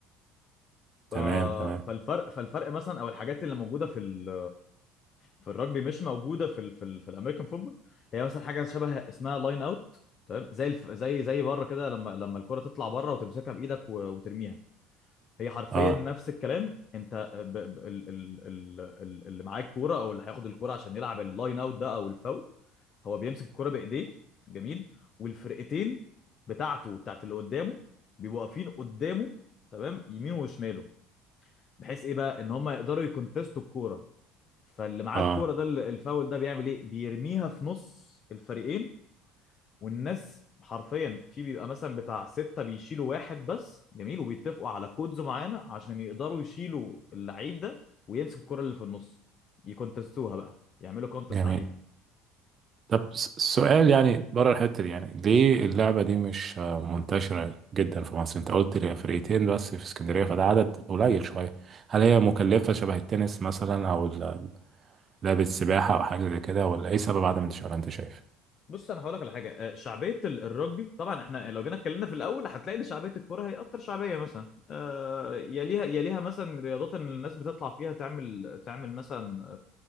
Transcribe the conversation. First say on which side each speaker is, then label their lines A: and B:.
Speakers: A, on the left; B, on the right.
A: ف...
B: تمام تمام
A: فالفرق فالفرق مثلا او الحاجات اللي موجوده في ال... في الرجبي مش موجوده في ال... في, ال... في الامريكان فوتبول هي مثلا حاجه شبه اسمها لاين اوت تمام زي الف... زي زي بره كده لما لما الكره تطلع بره وتمسكها بايدك و... وترميها هي حرفيا
B: اه
A: نفس الكلام انت ب... ب... ال... ال... ال... ال- اللي معاه الكوره او اللي هياخد الكوره عشان يلعب اللاين اوت ده او الفاول هو بيمسك الكوره بايديه جميل والفرقتين بتاعته وبتاعت اللي قدامه بيبقوا واقفين قدامه تمام يمين وشماله بحيث ايه بقى ان هم يقدروا يكونتستوا الكوره فاللي معاه
B: اه
A: الكوره ده ال- الفاول ده بيعمل ايه بيرميها في نص الفريقين والناس حرفيا في بيبقى مثلا بتاع ستة بيشيلوا واحد بس جميل وبيتفقوا على كودز معينة عشان يقدروا يشيلوا اللعيب ده ويمسك الكرة اللي في النص يكونتستوها بقى يعملوا كونتست
B: جميل
A: عليها
B: طب س- سؤال يعني بره الحتة دي يعني ليه اللعبة دي مش آه، منتشرة جدا في مصر انت قلت لي فرقتين بس في اسكندرية فده عدد قليل شوية هل هي مكلفة شبه التنس مثلا او ال- لعبة السباحة او حاجة زي كده ولا ايه سبب عدم انتشارها انت شايف
A: بص انا هقول لك على حاجه آه، شعبيه ال- الرجبي طبعا احنا لو جينا اتكلمنا في الاول هتلاقي ان شعبيه الكوره هي اكتر شعبيه مثلا آه، يليها يليها مثلا رياضات ان الناس بتطلع فيها تعمل تعمل مثلا